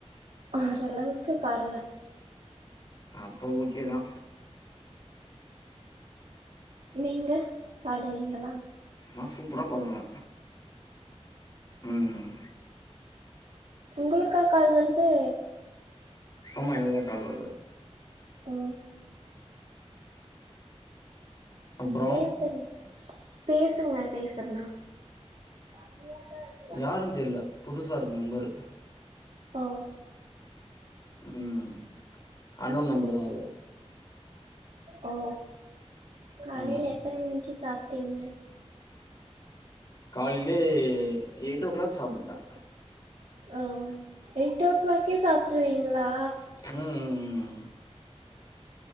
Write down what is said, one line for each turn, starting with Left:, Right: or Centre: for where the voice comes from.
Right: ஓரளவுக்கு பாடுவே
Left: அப்ப ஓகேதா
Right: நீங்க பாடுவீங்கிளா
Left: நா சூப்பரா பாடுவே ம்
Right: உங்குளுக்கா கால் வருது
Left: ஆமா எனகுதா கால் வருது
Right: ஓ
Left: அப்றோ
Right: பேசுங்க பேசுங்க பேசறனா ஃபிரீயாதாருக்
Left: யாருன் தெர்ல புதுசா இருகு நம்பரு
Right: ஓ
Left: ம் அன்னோன் நம்பருதா வருது
Right: ஓ காலையில
Left: ம்
Right: எத்தன மணிக்கு சாப்ட்டீங்க
Left: காலையிலயே எயிட் ஓ கிளாக் சாப்புட்ட
Right: ஆ எயிட் ஓ கிளாக்கே சாப்ட்ருவீங்களா
Left: ம் ம் ம்